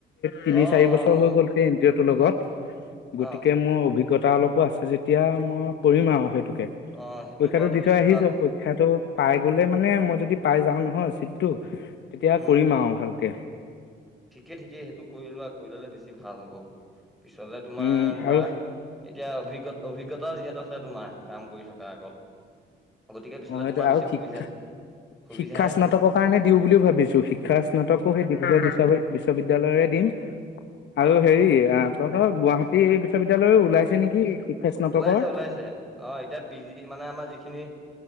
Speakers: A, in the centre; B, on the left (about 65°).
A: অ
B: তিনি
A: অ
B: চাৰি বছৰ হৈ
A: অ
B: গ'ল সেই এন জি অ' টোৰ লগত।
A: হয়
B: গতিকে
A: অ
B: মোৰ অভিজ্ঞতা অলপ আছে যে এতিয়া মই কৰিম আৰু সেইটোকে।
A: অ সেইটো
B: পৰীক্ষাটো
A: কৰাটো
B: দি
A: বেছি
B: থৈ আহিছো
A: ভাল হ'ব
B: পৰীক্ষাটো পাই গ'লে মানে মই যদি পাই যাওঁ নহয় চিটটো তেতিয়া
A: উম
B: কৰিম আৰু ভালকে।
A: ঠিকে, ঠিকে সেইটো কৰিলোৱা আৰু কৰি ল'লে বেছি ভাল হব। পিছলে তোমাৰ
B: উম
A: ধৰা
B: আৰু
A: এতিয়া অভিজ্ঞ অভিজ্ঞতাও যিহেতু আছে তোমাৰ কাম কৰি থকা আগত গতিকে পিছলে
B: অ সেইটো
A: তোমাৰ
B: আৰু
A: বেছি
B: শিক্ষা
A: সুবিধা সুবিধাহে
B: শিক্ষা স্নাতকৰ
A: হ'ব
B: কাৰণে দিও বুলিও ভাবিছো। শিক্ষা স্নাতকো সেই ডিব্ৰুগড়ৰ বিশ্ববিদ্যালয় বিশ্ববিদ্যালয় ৰে দিম আৰু
A: অ
B: হেৰি ধৰক গুৱাহাটী বিশ্ববিদ্যালয়ও ওলাইছে নেকি? স্নাতকৰ
A: ওলাইছে, ওলাইছে অ' এতিয়া পি জি মানে আমাৰ যিখিনি